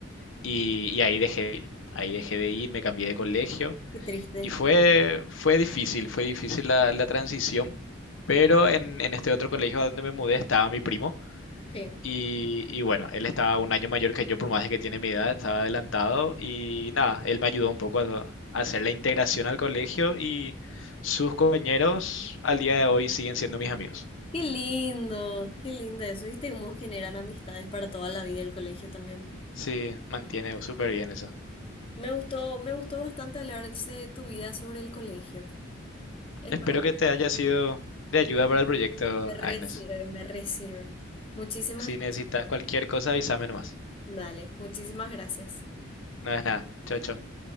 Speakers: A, on the left; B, on the left.
A: y, y ahí dejé de ir. Ahí dejé de ir, me cambié de colegio
B: Qué triste.
A: y fue, fue difícil, fue difícil la, la transición, pero en, en este otro colegio a donde me mudé estaba mi primo
B: sí.
A: y, y bueno, él estaba un año mayor que yo, por más de que tiene mi edad, estaba adelantado y nada, él me ayudó un poco a, a hacer la integración al colegio y sus compañeros al día de hoy siguen siendo mis amigos.
B: Qué lindo, qué lindo eso. ¿Viste cómo generan amistades para toda la vida el colegio también?
A: Sí, mantiene súper bien eso.
B: Me gustó, me gustó bastante hablar de tu vida sobre el colegio. Espero
A: Espero
B: que
A: que te haya sido de ayuda
B: me re,
A: para el proyecto,
B: me re
A: Agnes.
B: sirve, me re sirve. Muchísimas
A: Si
B: gracias.
A: necesitas
B: Pau.
A: cualquier cosa, avísame nomás.
B: Dale, muchísimas gracias.
A: No es nada. Chao, chao.